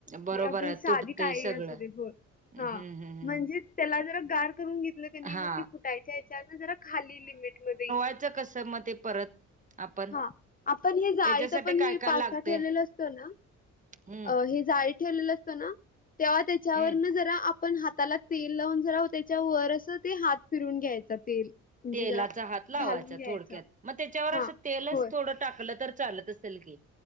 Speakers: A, on the right; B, on the left.
A: बरोबर
B: ती आपली
A: आहे
B: साधी
A: तुटते
B: काही
A: सगळं
B: असू देत, <unintelligible>
A: हम्म
B: हा
A: हम्म हम्म
B: म्हणजे? त्याला जरा गार करून घेतलं कनी मग
A: हा
B: ते फुटायच्या याच्या न जरा खाली लिमिटमध्ये येईल.
A: आच्छा कस म ते परत. आपण
B: हा आपण हे जाळीत
A: त्याच्यासाठी
B: पण हे
A: काय काय
B: पास्ता
A: लागते
B: ठेवलेलं असतो ना.
A: हम्म
B: अ हे जाळीत ठेवलेलं असतं ना तेव्हा त्याच्यावर
A: हम्म
B: न जरा पण हाताला तेल लावून जरा त्याच्यावर असं ते हात फिरून घ्यायचा तेल म्हणजे
A: तेलाचा
B: जरा
A: हात लावायचा
B: घालून घ्यायचा
A: थोडक्यात मग त्याच्यावर
B: हा
A: असं तेलच
B: होय
A: थोडं टाकल तर चालत असेल की